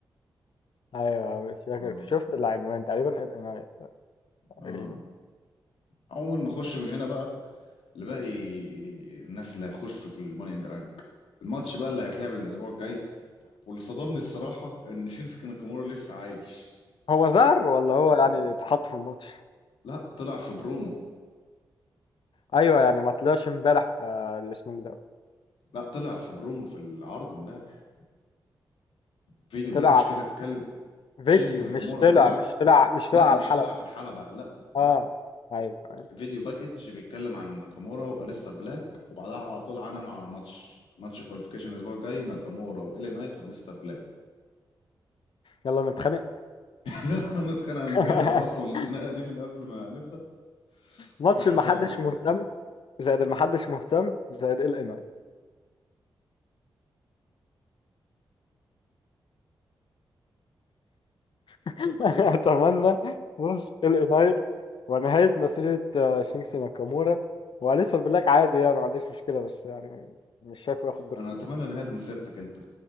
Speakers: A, on the left; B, on the left.
A: ايوه مش فاكر
B: اه
A: شفت العنوان تقريبا ال ان اي تقريبا
B: اه عموما نخش من هنا بقى لباقي الناس اللي هيخشوا في الماني ان ذا بانك الماتش بقى اللي هيتلعب الاسبوع الجاي واللي صدمني الصراحه ان شينسكي ناكامورا لسه عايش
A: هو ظهر ولا هو يعني اتحط في الماتش
B: لا طلع في برومو
A: ايوه يعني ما طلعش امبارح في الاسمه ده
B: لا طلع في برومو في العرض امبارح فيديو
A: طلع
B: باكج
A: على
B: كده
A: الح-
B: اتكلم
A: فيديو
B: شينسكي ناكامورا
A: مش طلع
B: طلع
A: مش طلع مش
B: لا
A: طلع
B: مش
A: على الحلقة
B: طلع في الحلبة لا
A: اه ايوه أيوة.
B: فيديو باكج بيتكلم عن ناكامورا واليستر بلاك وبعدها على طول عننوا على الماتش ماتش كواليفيكيشن الاسبوع الجاي ناكامورا والي نايت واليستر بلاك
A: يلا نتخانق
B: <laughs> انا اتخانق أنا مجهز
A: <laughs>
B: اصلا الخناقه دي من قبل ما نبدا
A: ماتش
B: وعامل حسابي
A: المحدش
B: عليها
A: مهتم زائد المحدش مهتم زائد ال ان اي. <laughs> اتمنى فوز ال ان اي ونهاية مسيرة آه، شينكسي ناكامورا وأليسا بالله عادي يعني ما عنديش مشكلة بس يعني مش شايفه ياخد دور
B: انا
A: كبير
B: اتمنى نهايه مسيرتك انت